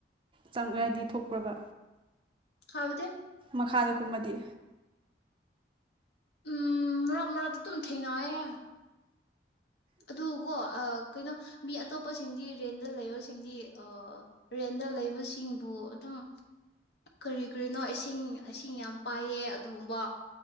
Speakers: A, on the right; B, on the left.
A: ꯆꯪꯉꯥꯏꯗꯤ ꯊꯣꯛꯄ꯭ꯔꯕ
B: ꯍꯥꯏꯕꯗꯤ
A: ꯃꯈꯥꯗ ꯀꯨꯝꯕꯗꯤ
B: ꯎꯝ ꯃꯔꯛ ꯃꯔꯛꯇ ꯗꯨꯝ ꯊꯦꯡꯅꯌꯦ ꯑꯗꯨ ꯀꯣ ꯀꯩꯅꯣ ꯃꯤ ꯑꯇꯣꯞꯄꯁꯤꯡꯗꯤ ꯔꯦꯟꯗ ꯂꯩꯕꯁꯤꯡꯗꯤ ꯔꯦꯟꯗ ꯂꯩꯕꯁꯤꯡꯕꯨ ꯑꯗꯨꯝ ꯀꯔꯤ ꯀꯔꯤꯅꯣ ꯏꯁꯤꯡ ꯏꯁꯤꯡ ꯌꯥꯝ ꯄꯥꯏꯌꯦ ꯑꯗꯨꯒꯨꯝꯕ